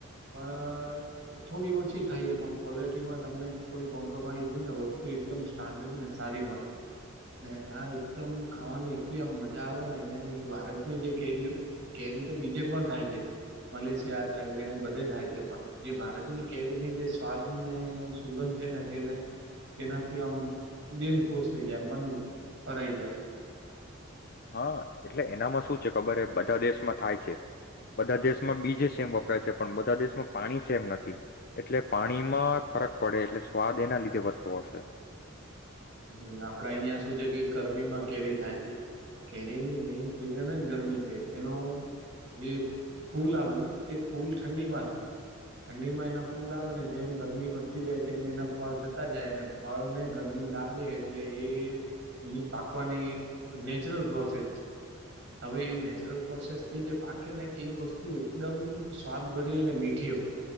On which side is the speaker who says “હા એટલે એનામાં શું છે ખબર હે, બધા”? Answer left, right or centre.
Left